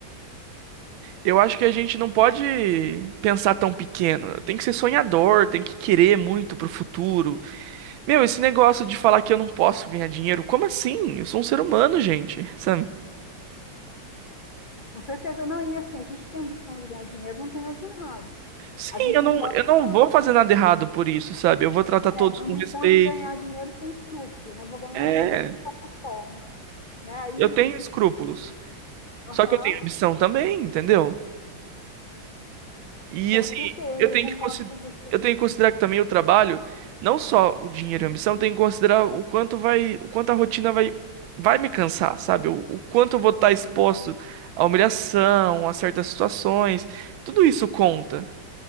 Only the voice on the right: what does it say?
Eu acho que a gente não pode pensar tão pequeno. Tem que ser sonhador, tem que querer muito pro futuro. Meu, esse negócio de falar que eu não posso ganhar dinheiro, como assim? Eu sou um ser humano, gente, sabe?
Sim,
eu
não,
eu não
vou
fazer nada errado por isso, sabe? Eu vou tratar todos
com
respeito.
É,
eu tenho
escrúpulos.
Só que eu tenho
ambição também, entendeu? E
assim,
eu tenho
que consi-
eu tenho que considerar que também o trabalho, não só o dinheiro e a ambição, eu tenho que considerar o quanto vai, o quanto a rotina vai vai me cansar, sabe? O, o quanto eu vou estar exposto à humilhação, a certas situações. Tudo isso conta